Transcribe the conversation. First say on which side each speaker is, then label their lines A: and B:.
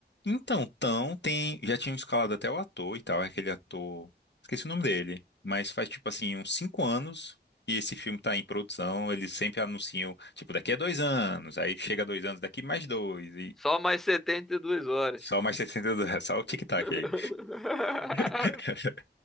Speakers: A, on the left; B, in the centre.
A: Então, Tão tem. Já tinham escalado até o ator e tal, é aquele ator. Esqueci o nome dele. Mas faz tipo assim, uns cinco anos que esse filme tá em produção. Eles sempre anunciam, tipo, daqui a dois anos. Aí chega dois anos, daqui mais dois. E
B: Só mais 72 horas.
A: só mais 60 do... <laughs> Só o tic-tac
B: <laughs>
A: aí. <laughs>